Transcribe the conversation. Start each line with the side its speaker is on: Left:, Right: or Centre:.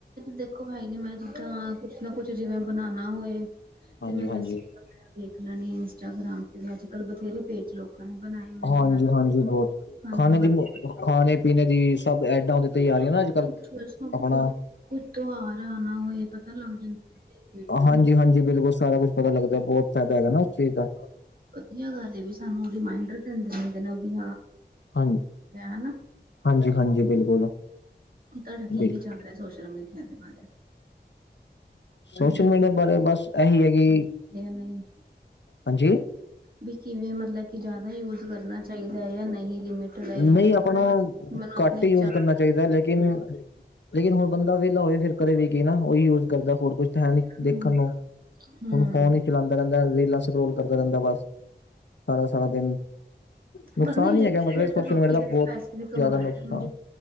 Right: ਦੇਖੋ ਹੈ ਨ ਮੈਂ ਜਿੱਦਾਂ ਕੁਛ ਨਾ ਕੁਛ ਜਿਵੇਂ ਬਣਾਾ ਹੋਏ
Left: ਹਾਂਜੀ
Right: ਤੇ। ਮੈਂ
Left: ਹਾਂਜੀ
Right: ਰੈਂਸਪੀ। ਰਾ ਦੇਖ ਲੈਣੀ ਇੰਸਟਾਗ੍ਰਾਮ ਤੇ ਵੀ ਅੱਜ - ਕੱਲ੍ਹ ਬਥੇਰੇ। ਪੇਜ ਲੋਕਾਂ ਨੇ ਬਨਾਏ ਹੋਏ ਨੇ
Left: ਹਾਂਜੀ
Right: ਹਨਾ।
Left: ਹਾਂਜੀ ਬਹੁਤ
Right: ਖਾਣਾ
Left: <inaudible> ਖਾਣੇ-
Right: ਵਧੀਆ
Left: ਪੀਣੇ ਦੀ ਸਭ ਐਡਾ। ਉਹਦੇ ਤੀ ਆ ਰਹੀਆ ਅੱਜ-ਕੱਲ
Right: ਚ ਸਭ
Left: ਆਪਣਾ।
Right: ਕੁਛ ਕੁਝ ਤਿਉਹਾਰ ਆਣਾ ਹੋਏ ਪਤਾ ਲੱਗ ਜਾਂਦਾ
Left: ਹਾਂਜੀ - ਹਾਂਜੀ ਬਿਲਕੁਲ ਸਾਰਾ ਕੁਝ। ਪਤਾ ਲੱਗਦਾ। ਬਹੁਤ ਫ਼ਾਇਦਾ ਹੈਗਾ ਨਾਂ ਉਸ ਚੀਜ਼ ਦਾ।
Right: ਵਧੀਆ ਗੱਲ ਏ ਵੀ ਸਾਨੂੰ ਰੀਮਾਇੰਡਰ। <inaudible> ਵੀ
Left: ਹਾਂਜੀ
Right: ਹਨਾ
Left: ਹਾਂਜੀ ਹਾਂਜੀ ਬਿਲਕੁਲ
Right: ਤੁਹਾਡਾ ਕੀ
Left: ਬਿਲ
Right: ਵਿਚਾਰ ਹੈ। <unintelligible> ਸੋਸ਼ਲ ਮੀਡੀਆ ਦੇ ਬਾਰੇ।
Left: ਸੋਸ਼ਲ
Right: ਵੀ
Left: ਮੀਡੀਆ ਬਾਰੇ ਬਸ ਇਹੀ ਹੈ ਕੀ।
Right: ਜਾਂ ਨਹੀਂ
Left: ਹਾਂਜੀ।
Right: ਵੀ ਕਿਵੇਂ ਮਤਲਬ ਕਿ ਜ਼ਿਆਦਾ ਯੂਜ ਕਰਨਾ ਚਾਹੀਦਾ ਹੈ। ਜਾਂ ਨਹੀਂ ਲਿਮਿਟ। ਲਈ
Left: ਨਹੀਂ।
Right: ਆਪਣੇ
Left: ਆਪਣਾ
Right: ਮਤਲਬ ਆਪਣੇ
Left: ਘੱਟ
Right: ਵਿਚਾਰ
Left: ਹੀ ਯੂਜ਼ ਕਰਨਾ। ਚਾਹੀਦਾ ਲੇਕਿਨ - ਲੇਕਿਨ ਹੁਣ ਬੰਦਾ ਵਿਹਲਾ ਹੋਵੇ। ਫਿਰ ਕਦੇ ਵੀ ਕੀ ਨਾ ਉਹੀ ਯੂਜ਼ ਕਰਦਾ ਹੋਰ ਕੁਛ। ਹੈ ਨੀ
Right: ਹੂੰ
Left: ਦੇਖਣ ਨੂੰ
Right: ਹੂੰ
Left: ਹੁਣ ਫੋਨ ਹੀ ਚਲਾਉਂਦਾ ਰਹਿੰਦਾ। ਰੀਲਾਂ ਸਕੋਲ ਕਰਦਾ ਰਹਿੰਦਾ ਬਸ। ਸਾਰਾ - ਸਾਰਾ ਦਿਨ ਨੁਕਸਾਨ
Right: ਪਰ ਨਹੀਂ
Left: ਹੀ
Right: ਵੇਖਿਆ
Left: ਹੈਗਾ ਮਤਲਬ।
Right: ਜਾਏ
Left: ਸੋਸ਼ਲ
Right: ਲੋਕੀ
Left: ਮੀਡੀਆ ਦਾ
Right: ਦੇ
Left: ਬਹੁਤ
Right: ਪੈਸੇ ਵੀ ਕਮਾ
Left: ਜ਼ਿਆਦਾ ਨੁਕਸਾਨ
Right: ਰਹੇੇ।